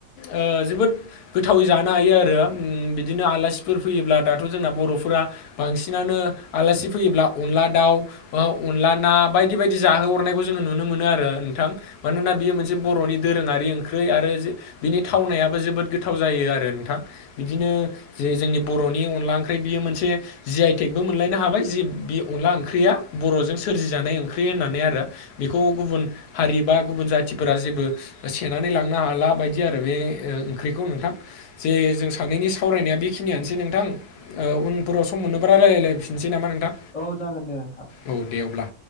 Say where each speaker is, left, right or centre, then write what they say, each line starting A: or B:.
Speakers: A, on the left (about 85°); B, on the left (about 30°).
A: ओ जोबोद गोथावै जानो हायो आरो उम बिदिनो आलासिफोर फैयोब्ला दाथ' जोंना बर'फोरा बांसिनानो आलासि फैयोब्ला अनला दाउ बा अनला ना बायदि बायदि जाहोहरनायखौ जोंङो नुनो मोनो आरो नोंथां। मानोना बियो मोनसे बर'नि दोरोङारि ओंख्रै आरो जो बिनि थावनायाबो जोबोद गो थाव जायो आरो नोंथां बिदिनो जे जोंनि बर'नि अनला ओंख्रि बियो मोनसे जि आइटेकबो मोनलायनो हाबाय जि बे अनला ओंख्रिया बर'जों सोरजि जानाय ओंख्रि होननानै आरो। बेखौ गुबुन हारि बा गुबुन जाथिफोरा जेबो सेनानै लांनो हाला बायदि आरो बे ओंख्रिखौ नोंथां जे जों सानैनि सावरायनाया बेखिनियानोसै नोंथां ओ उन फोराव सम मोननोबा रायरायलायफिननोसै नामा नोंथां
B: औ जागोन दे नोंथां
A: औ दे अब्ला